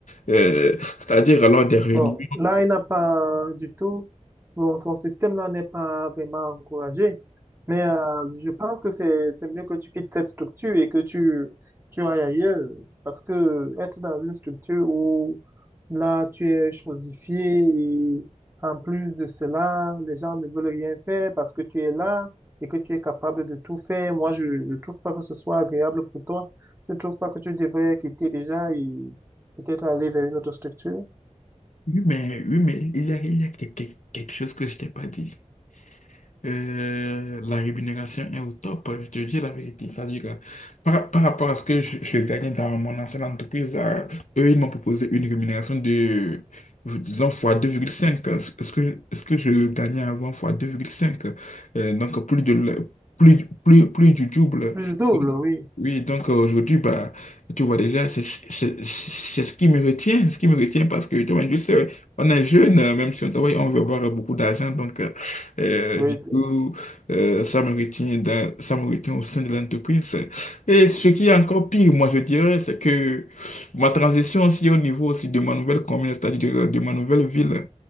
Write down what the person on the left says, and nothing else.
Euh, c'est-à-dire, alors, des réunions.
Oui, mais, oui, mais il y a, il y a que- que- quelque chose que je t'ai pas dit. euh, la rémunération est au top, hein, je te dis la vérité. C'est-à-dire que par, par rapport à ce que je, je gagnais dans mon ancienne entreprise, euh, eux, ils m'ont proposé une rémunération de, disons, fois 2,5. euh, Ce ce que, ce que je gagnais avant, fois 2,5. euh, donc, plus de, le- plus, plus, plus du double.
Donc,
oui, donc euh, aujourd'hui, bah, tu vois déjà, c'est c'est- c'est ce qui me retient, ce qui me retient parce que, tu vois, tu sais, on est jeune, euh, même si on travaille, on veut avoir beaucoup d'argent. Donc, euh,
du
coup, euh, ça me retient dans- ça me retient au sein de l'entreprise. Et ce qui est encore pire, moi, je dirais, c'est que ma transition aussi au niveau aussi de ma nouvelle commune, c'est-à-dire euh, de ma nouvelle ville,